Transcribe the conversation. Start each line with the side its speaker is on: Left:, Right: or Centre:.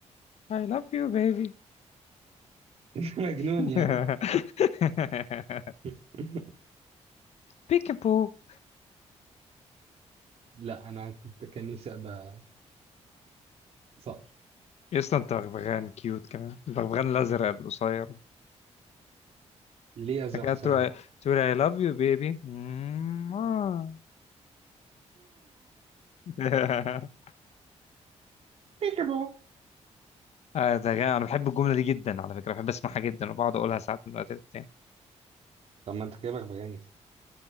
Left: I love you baby
Right: <laughs> مجنون
Left: <laughs>
Right: يا انا <laughs>
Left: بيكابو
Right: لا انا كنت كان نفسي ابقى صقر
Left: يا اسطى انت بغبغان كيوت كمان البغبغان الازرق القصير
Right: ليه ازرق
Left: لكن
Right: قصير؟
Left: تقول تقول I love you baby مم، آه. <laughs>
Right: <laughs>
Left: آه، ده جا- انا بحب الجمله دي جدا على فكره بحب اسمعها جدا وبقعد اقولها ساعات من وقت للتاني
Right: طب ما انت كده بغبغانس